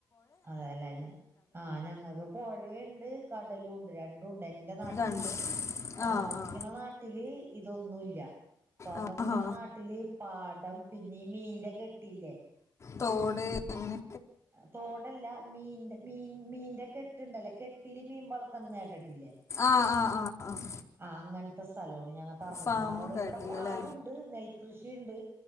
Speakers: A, on the right; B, on the left.
A: അതല്ല ഞ ആഹ ഞങ്ങൾക്ക് പുഴയുണ്ട് കടലും ഉണ്ട് രണ്ടുണ്ട് എന്റെ നാട്ടില്
B: രണ്ട്
A: താമസിക്കണ
B: ആ ആ
A: നാട്ടില് ഇതൊന്നുല്ല താമസിക്കണ
B: ആ ആ.
A: നാട്ടില് പാടം പിന്നെ മീന്റെ കെട്ടില്ലേ
B: തോട് അങ്ങനെ
A: തോടല്ല മീ മീൻ മീന്റെ കെട്ട്ണ്ടല്ലേ കെട്ടില് മീൻ വളർത്തണം കേട്ടിട്ടില്ലേ
B: ആഹ ആഹ് ആഹ് ആഹ്
A: ആ അങ്ങനത്തെ സ്ഥലമാണ് ഞങ്ങ താമസിക്ക
B: ഫാമൊക്കെ
A: അവിടെ ഇവിടെ
B: ആയിട്ടില്ലല്ലേ
A: പാടുണ്ട് നെൽകൃഷിയുണ്ട്